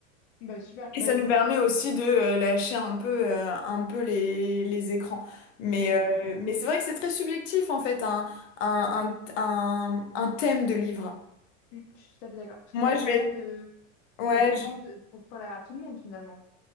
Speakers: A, on the left (about 30°); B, on the left (about 70°).
A: Bah super.
B: Et
A: Bah,
B: ça nous
A: c-
B: permet aussi de euh, lâcher un peu, euh, un peu les, les écrans. Mais,
A: les écrans.
B: euh,
A: Mm,
B: mais c'est vrai que c'est très subjectif en fait, un, un, un, un un thème de livre.
A: mm, Je suis tout à fait d'accord. Parce
B: Moi,
A: qu'il y a
B: je
A: tellement
B: vais être
A: de,
B: Ouais,
A: il y a tellement
B: je-
A: de pour parler à tout le monde finalement.